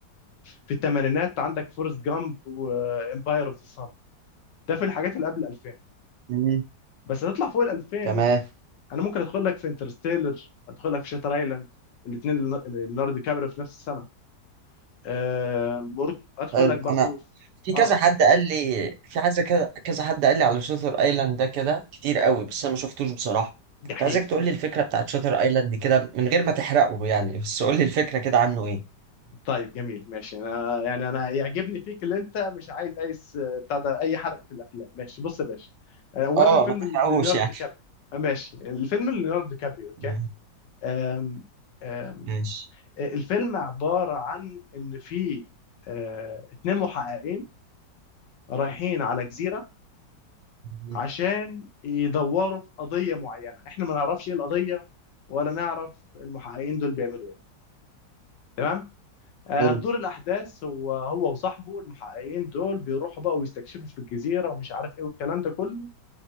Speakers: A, on the left (about 75°); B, on the right (about 75°).
A: في الثمانينات عندك فورست جامب وامباير اوف ذا سان ده في الحاجات اللي قبل 2000
B: مم.
A: بس هتطلع فوق ال 2000
B: تمام
A: انا ممكن ادخل لك في انترستيلر ادخل لك في شاتر ايلاند الاثنين ليوناردو دي كابريو في نفس السنه أه برضو ادخل
B: حلو
A: لك برضو
B: انا
A: في
B: في كذا
A: اه
B: حد قال لي في عايز كذا كذا حد قال لي على شاتر ايلاند ده كده كتير قوي بس انا ما شفتوش بصراحه
A: جحيم
B: كنت عايزك تقول لي الفكره بتاعت شاتر ايلاند كده من غير ما تحرقه يعني بس قول لي الفكره كده عنه ايه
A: طيب جميل ماشي انا يعني انا يعجبني فيك اللي انت مش عايز اي س- بتاع ده اي حرق في الافلام ماشي بص يا باشا آه، اولا
B: اه
A: الفيلم
B: ما تحرقوش
A: ليوناردو
B: يعني
A: دي كابريو آه، ماشي الفيلم ليوناردو دي كابريو اوكي
B: تمام.
A: آم، آم،
B: ماشي
A: الفيلم عباره عن ان في آه، اتنين محققين رايحين على جزيره
B: مم.
A: عشان يدوروا في قضية معينة احنا ما نعرفش ايه القضية ولا نعرف المحققين دول بيعملوا ايه تمام آه،
B: حلو
A: هتدور الاحداث هو هو وصاحبه المحققين دول بيروحوا بقى ويستكشفوا في الجزيرة ومش عارف ايه والكلام ده كله